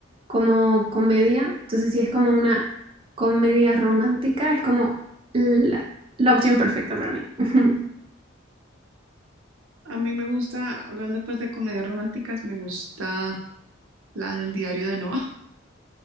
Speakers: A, on the right (about 25°); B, on the right (about 80°).
A: como comedia, entonces si es como una comedia romántica, es como la, la opción perfecta para mí. <laughs>
B: A mí me gusta, hablando pues de comedias románticas, me gusta la del diario de Noah,